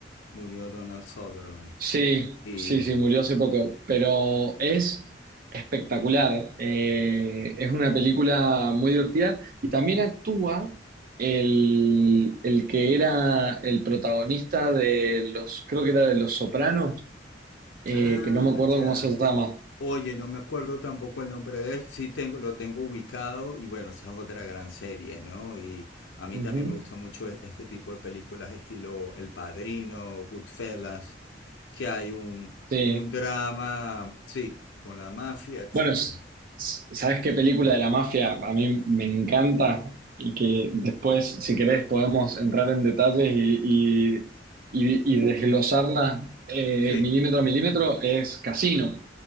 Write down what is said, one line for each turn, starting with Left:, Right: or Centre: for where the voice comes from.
Left: murió Donald Sutherland.
Right: Sí,
Left: Y
Right: sí, sí, murió hace poco, pero es espectacular. Eh, es una película muy divertida y también actúa el, el que era el protagonista de los, creo que era de Los Sopranos, eh,
Left: ah,
Right: que no me acuerdo
Left: ya.
Right: cómo se llama.
Left: Oye, no me acuerdo tampoco el nombre de él. Sí tengo, lo tengo ubicado y bueno, esa es otra gran serie, ¿no? Y a mí
Right: Ujú.
Left: también me gusta mucho e- este tipo de películas estilo El Padrino, Goodfellas, que hay un
Right: Sí.
Left: un drama, sí, con la mafia, etcétera.
Right: Bueno, s- s- ¿sabes qué película de la mafia a mí me encanta? Y que después, si querés, podemos entrar en detalles y, y- y- y desglosarla eh,
Left: Sí,
Right: milímetro a milímetro, es Casino,